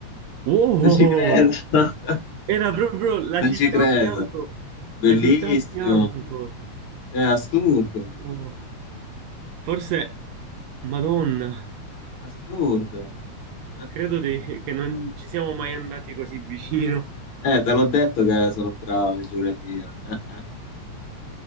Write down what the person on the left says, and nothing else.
non ci credo, <laughs>
non
ci credo,
bellissimo,
cioè assurdo,
assurdo. Eh,
eh, te l'ho detto che sono bravo di geografia, eh, eh,